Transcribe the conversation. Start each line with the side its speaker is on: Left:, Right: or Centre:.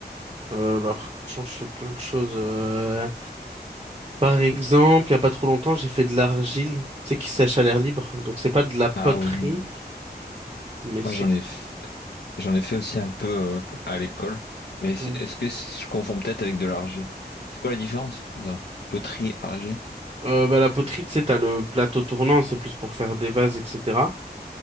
Right: Euh, bah après, franchement, je fais plein de choses. euh, Par exemple, il y a pas trop longtemps, j'ai fait de l'argile, tu sais, qui sèche à l'air libre. Donc, c'est pas de la poterie,
Left: Ah oui,
Right: mais c'est...
Left: moi j'en ai, f- j'en ai fait aussi un peu euh, à l'école. Mais c'est-
Right: Mm.
Left: est-ce que c'est- je confonds peut-être avec de l'argile? C'est quoi la différence? Attends. Poterie, argile?
Right: Euh, bah, la poterie, tu sais, t'as le plateau tournant, c'est plus pour faire des vases, etc.